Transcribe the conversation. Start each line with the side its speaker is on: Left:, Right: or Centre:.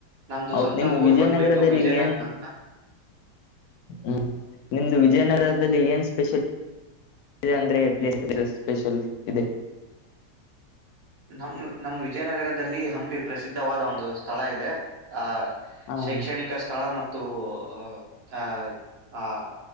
Right: ನಮ್ದು
Left: ಹೌದು
Right: ಸ್ವಂತ
Left: ನಿಮ
Right: ಊರ್
Left: ವಿಜಯನಗರದಲ್ಲಿ
Right: ಬಂದ್ಬಿಟ್ಟು ವಿಜಯನಗರ
Left: ಏನ್
Right: ಅಂತ
Left: ಹ್ಮ ನಿಮ್ದು ವಿಜಯ ಕನ್ನಡರದಲ್ಲಿ ಏನ್ ಸ್ಪೆಷಲ್ ಇದೆ ಅಂದ್ರೆ ಪಲೇ ಸ್ಪೆಷಲ್ ಇದೆ
Right: ನಮ್ಮ ನಮ್ಮ ವಿಜಯನಗರದಲ್ಲಿ ಹಂಪಿ ಪ್ರಸಿದ್ಧವಾದ ಒಂದು ಸ್ಥಳ ಇದೆ ಆಹ್
Left: ಹ
Right: ಶೈಕ್ಷಣಿಕ ಸ್ಥಳ ಮತ್ತು ಅಹ ಅ್ ಆ